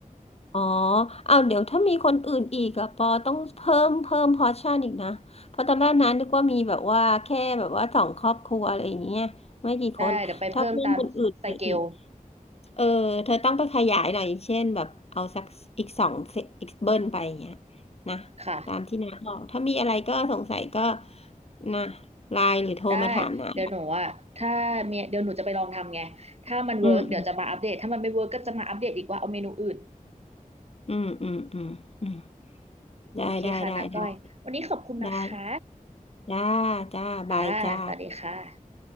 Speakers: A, on the left; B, on the right.
A: อ๋อ เอาวเดี๋ยวถ้ามีคนอื่นอีกอะปอต้องเพิ่มเพิ่มพอร์ชั่นอีกนะเพราะตอนแรกนั้นนึกว่ามีแบบว่าแค่แบบว่าสองครอบครัวอะไรอย่างเงี้ยไม่กี่คนถ้าเพิ่มคนอื่นไปอีก
B: ได้เดี๋ยวไปเพิ่มตามสเกล
A: เออเธอต้องไปขยายหน่อยอย่างเช่นแบบเอาสักอีกสองเซอีกเบิ้ลไปอย่างเงี้ยนะ
B: ค่ะ
A: ตามที่น้าบอกถ้ามีอะไรก็สงสัยก็นะไลน์หรือโทรมาถามน้า
B: ได้เดี๋ยวหนูอ่ะถ้าเมียเดี๋ยวหนูจะไปลองทำไงถ้ามันเวิร์กเดี๋ยวจะมาอัปเดตถ้ามันไม่เวิร์กก็จะมาอัปเดตอีกว่าเอาเมนูอื่น
A: อืมอืมอืมอืมอืมได้ได้ได้ได้
B: โอเคค่ะนาก้อยวันนี้ขอบคุณนะคะ
A: ได้จ้าจ้าบายจ้า
B: ค่ะสวัสดีค่ะ